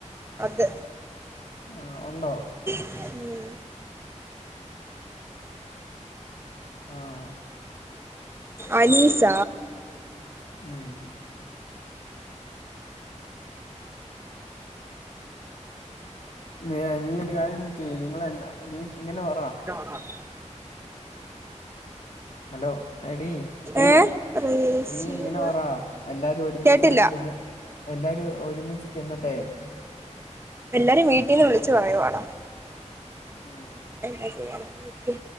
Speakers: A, on the right; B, on the left.
A: അത്
B: ആഹ് ഉണ്ടോ
A: ഉം
B: ആഹ്
A: അനീസ
B: ഉം നീ നീ ഒരു കാര്യം ചെയ്യ് നിങ്ങളൊ നീ ഇങ്ങനെ പറ
A: <unintelligible>
B: ഹലോ എടി
A: ഏ റിസീവർ
B: നീ ഇങ്ങനെ പറാ എല്ലാരും ഒരുമിച്ച്
A: കേട്ടില്ല
B: ചെന്ന് എല്ലാരും ഒരുമിച്ച് ചെന്ന്ട്ടെ
A: എല്ലാരും വീട്ടീന്ന് വിളിച്ച് പറയുവാടാ
B: ഉം
A: എന്താ ചെയ്യാനാ നിക്ക്